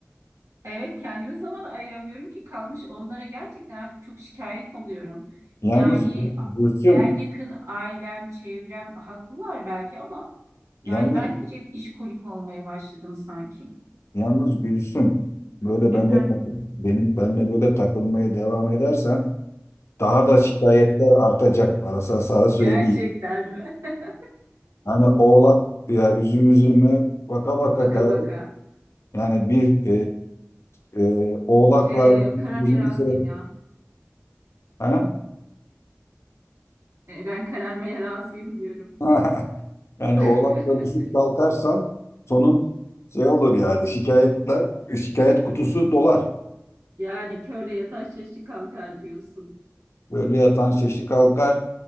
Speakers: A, on the right (about 75°); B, on the left (about 70°).
A: evet kendime zaman ayıramıyorum ki kalmış onlara gerçekten artık çok şikayet alıyorum.
B: Yalnız
A: Yani
B: Gül-
A: a-
B: Gülsüm,
A: en yakın ailem, çevrem haklılar belki ama yani
B: yalnız
A: ben diyecek işkolik olmaya başladım sanki.
B: yalnız Gülsüm böyle
A: Efendim.
B: bende takıl benim benle böyle takılmaya devam edersen daha da şikayetler artacak bana sana, sana söyleyeyim.
A: Gerçekten mi? <laughs>
B: Yani oğlak ya üzüm üzüme baka baka
A: Baka
B: kararır.
A: baka.
B: Yani bir e, e, oğlakla
A: Ee, kararmaya
B: uzun
A: razıyım
B: süre
A: ya.
B: ha?
A: Ee, ben kararmaya razıyım diyorum.
B: <laughs> yani
A: <laughs>
B: oğlakla düşüp kalkarsan sonun şey olur yani şikayetler şikayet kutusu dolar.
A: Yani körle yatan şaşı kalkar diyorsun.
B: Böyle yatan şeşi kalkar.